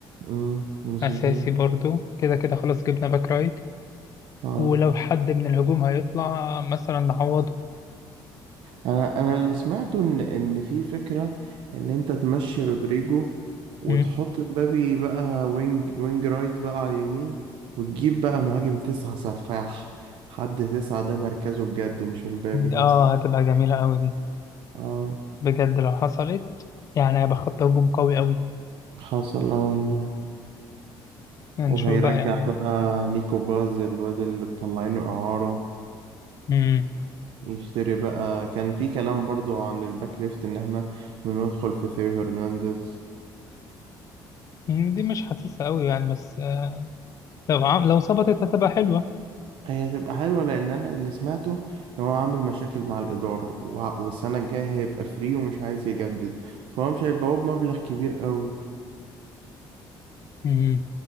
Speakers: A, on the right (about 80°); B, on the left (about 40°).
A: امم مظبوط
B: أساسي برضو كده كده خلاص جبنا باك رايت
A: اه
B: ولو حد من الهجوم هيطلع مثلا نعوضه
A: انا انا اللي سمعته ان ان في فكره ان انت تمشي رودريجو وتحط
B: مم.
A: مبابي بقى وينج وينج رايت بقى على اليمين وتجيب بقى مهاجم تسعة سفاح حد تسعة ده مركزه بجد مش مبابي
B: اه
A: مثلا
B: هتبقى جميلة أوي دي
A: اه
B: بجد لو حصلت يعني هيبقى خط هجوم قوي أوي
A: حصل اه والله
B: هنشوف
A: وهيرجع
B: بقى يعني
A: بقى نيكو باز الواد اللي مطلعينه إعارة
B: مم.
A: يشتري بقى كان في كلام برضو عن الباك ليفت ان احنا بندخل في ثيو هرنانديز
B: مم، دي مش حاسسها أوي يعني بس آه، لو عم... لو ظبطت هتبقى حلوة
A: هي هتبقى حلوة لأن أنا اللي سمعته إن هو عامل مشاكل مع الإدارة وع- والسنة الجاية هيبقى فري ومش عايز يجدد فهو مش هيبقى هو بمبلغ كبير قوي
B: مم.